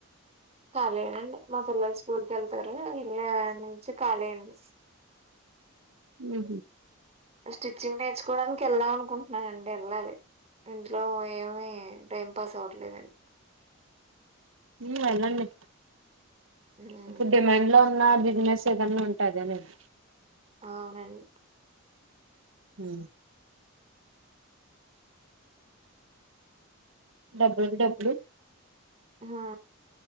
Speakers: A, on the right (about 30°); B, on the right (about 65°).
A: ఖాలీయెనండి మా పిల్లలు స్కూల్ క వెళ్తారు వెళ్ళ నుంచి ఖాలేయండి
B: ఉ
A: స్టిచ్చింగ్ నేర్చుకోవడానికి వెళ్దాం అనుకుంటున్నానండి వెళ్ళాలి ఇంట్లో ఏమీ టైం పాస్ అవ్వట్లేదండి
B: ఉ ఎల్లండి
A: ఉమ్
B: ఇప్పుడు డిమాండ్ లో ఉన్న బిజినెస్ ఏదన్నా ఉంటే అదేనండి
A: ఆవ్ నండి
B: హ డబ్బులకి డబ్బులు
A: హా